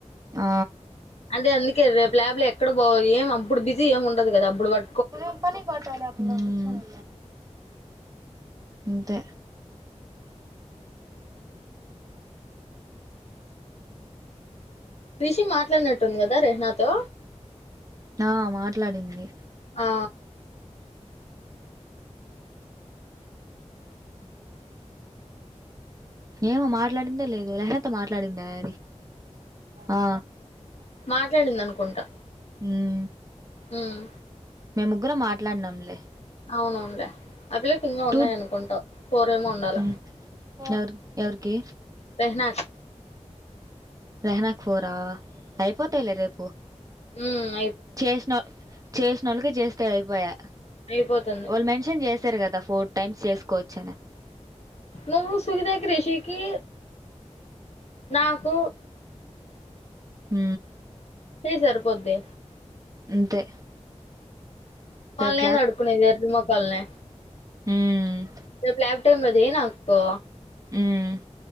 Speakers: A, on the right (about 30°); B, on the left (about 60°).
A: ఆ,
B: అంటే ఎందుకే రేప్. ల్యాబ్ లో ఎక్కడ పోయి ఎం అప్పుడు బిజి ఏము ఉండదు గదా, అప్పుడు బట్.
A: మనం పనిపాటల. ఉమ్ అంతే.
B: క్రిషి మాట్లాడినట్టుంది, గదా రెహనాతో.
A: అ మాట్లాడింది.
B: ఆ.
A: ఏమో మాట్లాడిందో లేదు, రేహన్ తో మాట్లాడిందే, అది ఆ.
B: మాట్లాడింది అనుకుంటా.
A: ఉమ్.
B: ఉమ్.
A: మేము ముగ్గురం, మాట్లాడినాంలే.
B: అవునవునులే, అ పిల్ల కి ఇంగా ఉన్నాయి
A: టూ
B: అనుకుంటావు, పోరేమో ఉండాల.
A: మ్మ్. ఎవరు ఎవరికి.
B: రహనా
A: రహణకి ఫోర్ ఆ అయిపోతాయిలే రేపు
B: ఉమ్
A: చేసిన చేసినోళ్ళకి చేస్తే అయిపోయా
B: అయిపోతుంది.
A: వాళ్ళు మెన్షన్ చేసారు కదా ఫోర్ టైమ్స్ చేసుకోవచ్చ అని
B: ను సువిధాకి రేషికి నాకు
A: హ
B: సయి సరిపోద్ది
A: అంతే
B: వాళ్ని
A: రేపు
B: ఏంది అడుకునేది ఎర్రి మోకాల్ని
A: ఉమ్
B: రేపు ల్యాబ్ టైమ్ లో చేయి నాకు
A: ఉమ్